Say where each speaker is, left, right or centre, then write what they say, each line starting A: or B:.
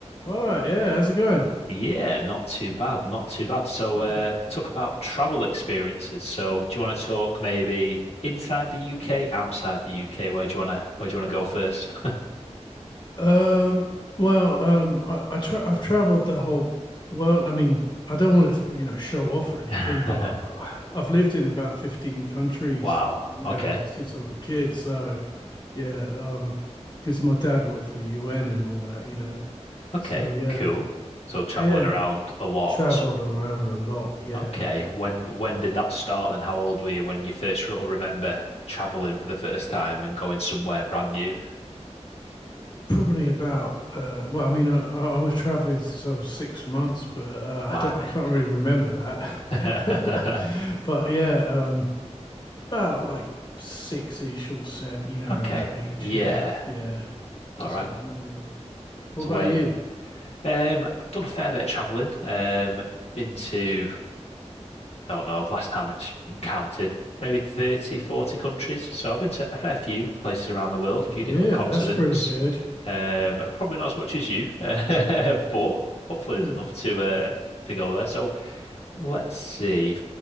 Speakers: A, on the left (about 40°); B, on the left (about 60°).
A: All right, yeah, how's it going?
B: Yeah, not too bad, not too bad. So,
A: Yeah.
B: uh, talk about travel experiences. So, do you want to talk maybe inside the UK, outside the UK? Where do you want to where do you want to go first?
A: Um, well, um, I, I tra- I've traveled the whole world. I mean, I don't want to, you know, show off or anything,
B: <laughs>
A: but uh, I've lived in about 15 countries,
B: Wow.
A: you
B: Okay.
A: know, since I was a kid. So, yeah, um, because my dad worked for the UN and all that, you know.
B: Okay.
A: So, yeah,
B: Cool. So, traveling
A: yeah,
B: around a lot.
A: traveled
B: So,
A: around a lot. Yeah.
B: okay. When when did that start? And how old were you when you first sort of remember traveling for the first time and going somewhere brand new?
A: probably about uh, well, I mean, I, I was traveling since I was six months, but uh,
B: Blimey.
A: I don't, I can't really remember that.
B: <laughs>
A: <laughs> But yeah, um, about like six-ish or seven, you know,
B: Okay.
A: around that age.
B: Yeah.
A: Yeah, yeah,
B: All
A: that's
B: right.
A: sort of normal. What
B: So
A: about
B: where?
A: you?
B: Um, I've done a fair bit of traveling. Um, been to, I don't know, last time I t- counted, maybe 30, 40 countries. So I've been to a fair few places around the world, a
A: Yeah,
B: few different continents.
A: that's pretty good.
B: Um, probably not as much as you, <laughs> but hopefully
A: Hmm.
B: there's enough to uh to go there. So let's see,